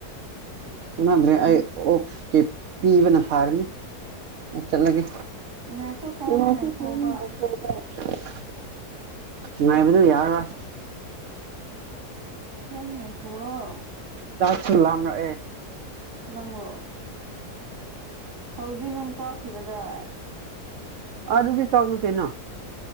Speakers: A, on the right; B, on the right.
A: ꯎꯅꯗ꯭ꯔꯦ ꯑꯩ ꯑꯣꯛꯁꯀꯤꯞ ꯄꯤꯕꯅ ꯐꯔꯅꯤ ꯑꯩ ꯆꯠꯂꯒꯦ
B: ꯉꯥꯏꯈꯣ ꯈꯔ
A: <unintelligible>
B: ꯉꯥꯏꯈꯣꯕ
A: ꯅꯨꯡꯉꯥꯏꯕꯗꯨ ꯌꯥꯔꯔꯣꯏ
B: ꯈꯔ ꯉꯥꯏꯈꯨꯑꯣ
A: ꯆꯥꯛ ꯁꯨ ꯂꯥꯝꯂꯃꯛ ꯑꯦ
B: ꯅꯪꯂꯣ ꯍꯧꯖꯤꯛ ꯅꯪ ꯆꯥꯈꯤꯕꯗꯥꯏ
A: ꯑꯗꯨꯗꯤ ꯆꯥꯛ ꯅꯠꯇꯦꯅ